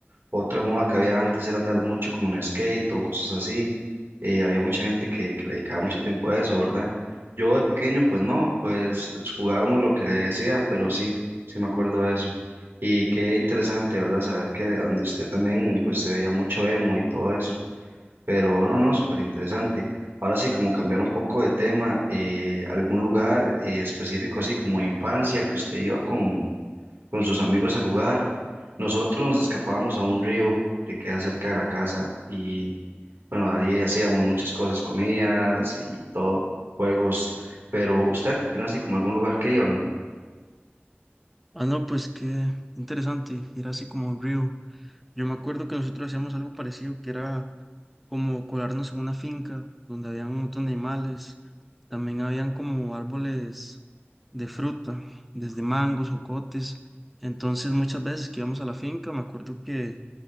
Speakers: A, on the right (about 65°); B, in the centre.
A: Otra moda que había antes era andar mucho como en skate o cosas así. eh, había mucha gente que, que le dedicaba mucho tiempo a eso, ¿verdad? Yo de pequeño, pues no, pues jugábamos lo que le decía, pero sí, sí me acuerdo de eso. Y qué interesante, ¿verdad? Saber que donde usted también pues se veía mucho emo y todo eso. Pero no, no, súper interesante. Ahora sí, como cambiar un poco de tema, eh, algún lugar eh, específico así como de infancia que usted iba con, con sus amigos a jugar. Nosotros nos escapábamos a un río que queda cerca de la casa y bueno, ahí hacíamos muchas cosas, comidas y todo, juegos. Pero usted tiene así como algún lugar que iban.
B: Ah, no, pues qué interesante, era así como un río. Yo me acuerdo que nosotros hacíamos algo parecido, que era como colarnos en una finca donde habían un montón de animales, también habían como árboles de fruta, desde mangos, jocotes, entonces muchas veces que íbamos a la finca, me acuerdo que